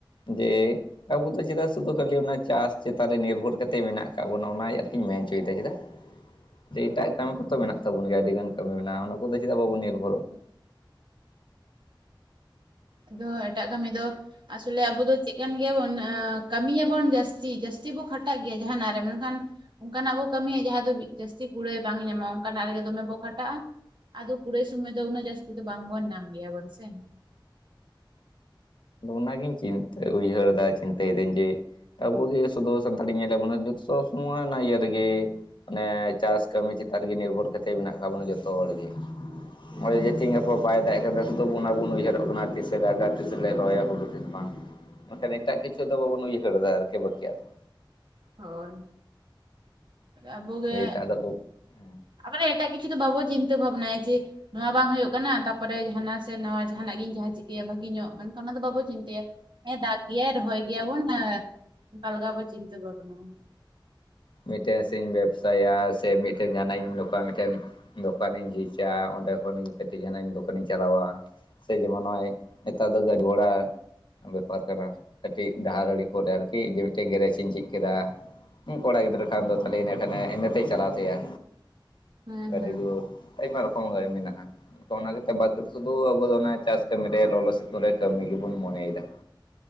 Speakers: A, on the left (about 65°); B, on the right (about 65°).
A: ᱡᱮ ᱟᱵᱚ ᱫᱚ ᱪᱮᱫᱟᱜ ᱥᱩᱫᱩ ᱠᱷᱟᱹᱞᱤ ᱚᱱᱟ ᱪᱟᱥ ᱪᱮᱛᱟᱱ ᱨᱮ ᱱᱤᱨᱵᱷᱚᱨ ᱠᱟᱛᱮᱫ ᱢᱮᱱᱟᱜ ᱟᱠᱟᱫ ᱵᱚᱱᱟ ᱚᱱᱟ ᱟᱨᱠᱤᱧ ᱢᱮᱱ ᱪᱚᱭᱮᱫᱟ ᱪᱮᱫᱟᱜ?
B: <unintelligible>
A: ᱡᱮ ᱮᱴᱟᱜ ᱠᱟᱹᱢᱤ ᱠᱚ ᱛᱚ ᱢᱮᱱᱟᱜ ᱛᱟᱵᱚᱱ ᱜᱮᱭᱟ ᱟᱹᱰᱤ ᱜᱟᱱ ᱠᱟᱹᱢᱤ ᱢᱮᱱᱟᱜᱼᱟ ᱚᱱᱟ ᱠᱚ ᱫᱚ ᱪᱮᱫᱟᱜ ᱵᱟᱵᱚᱱ ᱱᱤᱨᱵᱷᱚᱨᱚᱜ?
B: ᱟᱫᱚ ᱦᱟᱸᱜ ᱮᱴᱟᱜ ᱠᱟᱹᱢᱤ ᱫᱚ, ᱟᱥᱚᱞᱮ ᱟᱵᱚ ᱫᱚ ᱪᱮᱫ ᱠᱟᱱ ᱜᱮᱭᱟ ᱵᱚᱱ ᱠᱟᱹᱢᱤᱭᱟ ᱵᱚᱱ ᱡᱟᱹᱥᱛᱤ ᱡᱟᱹᱥᱛᱤ ᱵᱚ ᱠᱷᱟᱴᱟᱜ ᱜᱮᱭᱟ ᱡᱟᱦᱟᱱᱟᱜ ᱨᱮ ᱢᱮᱱ ᱠᱷᱟᱱ ᱚᱝᱠᱟᱱᱟᱜ ᱵᱚ ᱠᱟᱹᱢᱤᱭᱟ ᱡᱟᱦᱟᱸ ᱫᱚ ᱡᱟᱹᱥᱛᱤ ᱠᱩᱲᱟᱹᱭ ᱵᱟᱝ ᱧᱟᱢᱚᱜᱼᱟ, ᱚᱝᱠᱟᱱᱟᱜ ᱨᱮ ᱜᱮ ᱫᱚᱢᱮ ᱵᱚ ᱠᱷᱟᱴᱟᱜᱼᱟ ᱾ ᱟᱫᱚ ᱠᱩᱲᱟᱹᱭ ᱥᱩᱢᱟᱹᱭ ᱫᱚ ᱩᱱᱟᱹᱜ ᱡᱟᱥᱛᱤ ᱫᱚ ᱵᱟᱝ ᱵᱚᱱ ᱧᱟᱢ ᱜᱮᱭᱟ ᱵᱚᱱ ᱥᱮ ᱾
A: ᱠᱟᱱᱟ ᱟᱫᱚ ᱚᱱᱟ ᱜᱤᱧ ᱪᱤᱱᱛᱟᱹ ᱩᱭᱦᱟᱹᱨ ᱫᱟ ᱪᱤᱱᱛᱟᱹᱭᱮᱫᱟᱹᱧ ᱡᱮᱼᱼ ᱟᱵᱚ ᱜᱮ ᱥᱩᱫᱩ ᱥᱟᱱᱛᱟᱲᱤ ᱧᱮᱞ ᱟᱵᱚᱱᱟ ᱡᱚᱛᱚ ᱥᱚᱵ ᱥᱚᱢᱚᱭ ᱚᱱᱟ ᱤᱭᱟᱹ ᱨᱮ ᱜᱮ ᱢᱟᱱᱮ ᱪᱟᱥ ᱠᱟᱹᱢᱤ ᱪᱮᱛᱟᱱ ᱨᱮ ᱜᱮ ᱱᱤᱨᱵᱷᱚᱨ ᱠᱟᱛᱮᱫ ᱢᱮᱱᱟᱜ ᱠᱟᱫ ᱵᱚᱱᱟ ᱡᱚᱛᱚ ᱦᱚᱲ ᱜᱮ,
B: ᱦᱩᱸ
A: ᱱᱚᱜᱼᱚᱭ
B: ᱦᱩᱸ
A: ᱡᱮ ᱛᱤᱦᱤᱧ ᱜᱟᱯᱟ ᱵᱟᱭ ᱫᱟᱜ ᱟᱠᱟᱫᱟ ᱥᱩᱫᱩ ᱚᱱᱟ ᱵᱚᱱ ᱩᱭᱦᱟᱹᱨᱚᱜ ᱠᱟᱱᱟ ᱛᱤᱥᱮ ᱫᱟᱜᱟ ᱛᱤᱥᱮ ᱞᱮ ᱨᱚᱦᱭᱟ ᱦᱩᱲᱩᱼᱼ ᱥᱮ ᱪᱮᱫ ᱵᱟᱝ ᱢᱮᱱ ᱠᱷᱟᱱ ᱮᱴᱟᱜ ᱠᱤᱪᱷᱩ ᱫᱚ ᱵᱟᱵᱚᱱ ᱩᱭᱦᱟᱹᱨ ᱮᱫᱟ ᱟᱨᱠᱤ ᱵᱟᱹᱠᱤᱭᱟᱜ ᱫᱚ,
B: ᱦᱳᱭ, ᱟᱵᱳ ᱜᱮ
A: ᱡᱮ ᱮᱴᱟᱜ ᱫᱚ ᱦᱮᱸ
B: ᱟᱵᱚ ᱮᱴᱟᱜ ᱠᱤᱪᱷᱩ ᱫᱚ ᱵᱟᱵᱚ ᱪᱤᱱᱛᱟᱹ ᱵᱷᱷᱟᱵᱽᱱᱟᱭ ᱡᱮᱼᱼ ᱱᱚᱣᱟ ᱵᱟᱝ ᱦᱳᱭᱳᱜ ᱠᱟᱱᱟ ᱛᱟᱯᱚᱨᱮ ᱡᱷᱟᱱᱟ ᱥᱮ ᱱᱟᱣᱟ ᱡᱟᱦᱟᱸ ᱱᱟᱜ ᱜᱤᱧ ᱡᱟᱦᱟ ᱪᱤᱠᱟᱹᱭᱟ ᱵᱷᱟᱹᱜᱤ ᱧᱚᱜ ᱢᱮᱱ ᱠᱷᱟᱱ ᱚᱱᱟ ᱫᱚ ᱵᱟᱵᱚ ᱪᱤᱱᱛ ᱦᱮᱸ, ᱫᱟᱜ ᱜᱮᱭᱟᱭ ᱨᱚᱦᱚᱭ ᱜᱮᱭᱟ ᱵᱚᱱ ᱚᱝᱠᱟ ᱞᱮᱠᱟ ᱵᱚᱱ ᱪᱤᱱᱛᱟᱹ ᱵᱷᱟᱵᱱᱟᱭᱟ ᱾
A: ᱢᱤᱫ ᱴᱮᱱ ᱥᱮᱧ ᱵᱮᱵᱥᱟᱭᱟ ᱥᱮ ᱢᱤᱫ ᱴᱮᱱ ᱡᱟᱦᱟᱱᱟᱜ ᱤᱧ ᱱᱚᱝᱠᱟ ᱢᱤᱫ ᱴᱮᱱᱼᱼ ᱫᱚᱠᱟᱱᱤᱧ ᱡᱷᱤᱡᱟ ᱚᱸᱰᱮ ᱠᱷᱚᱱ ᱜᱮ ᱠᱟᱹᱴᱤᱡ ᱡᱟᱦᱟᱱᱟᱜ ᱤᱧ ᱫᱚᱠᱟᱱᱤᱧ ᱪᱟᱞᱟᱣᱟ ᱾ ᱥᱮ ᱡᱮᱢᱚᱱ ᱱᱚᱜᱼᱚᱭ ᱱᱮᱛᱟᱨ ᱫᱚ ᱜᱟᱹᱰᱤ ᱜᱷᱚᱲᱟ, ᱵᱮᱯᱟᱨ ᱠᱟᱱᱟ ᱠᱟᱹᱴᱤᱡ ᱰᱟᱦᱟᱨ ᱟᱹᱲᱮ ᱠᱚᱨᱮ ᱟᱨᱠᱤ ᱡᱮ ᱢᱤᱫ ᱴᱮᱱ ᱜᱮᱨᱮᱡ ᱤᱧ ᱡᱷᱤᱡ ᱠᱮᱫᱟ ᱾ ᱠᱚᱲᱟ ᱜᱤᱫᱽᱨᱟᱹ ᱠᱷᱟᱱ ᱫᱚ ᱛᱟᱦᱚᱞᱮ ᱤᱱᱟᱹ ᱠᱷᱟᱱᱮ ᱤᱱᱟᱹᱛᱮᱭ ᱪᱟᱞᱟᱣ ᱛᱟᱭᱟ
B: ᱦᱩᱸ
A: ᱟᱹᱰᱤ
B: ᱦᱩᱸ
A: ᱡᱳᱨ,
B: ᱦᱩᱸ
A: ᱟᱭᱢᱟ ᱨᱚᱠᱚᱢ ᱜᱟᱹᱲᱤ ᱢᱮᱱᱟᱜᱼᱟ᱾ ᱛᱚ ᱚᱱᱟ ᱠᱟᱛᱮ ᱵᱟᱫᱽ ᱠᱟᱛᱮ ᱥᱩᱫᱷᱩ ᱟᱵᱚ ᱚᱱᱟ ᱪᱟᱥ ᱠᱟᱹᱢᱤ ᱨᱮ ᱞᱚᱞᱚ ᱥᱤᱛᱩᱝ ᱨᱮ ᱠᱟᱹᱢᱤ ᱜᱮᱵᱚᱱ ᱢᱚᱱᱮ ᱭᱮᱫᱟ ᱾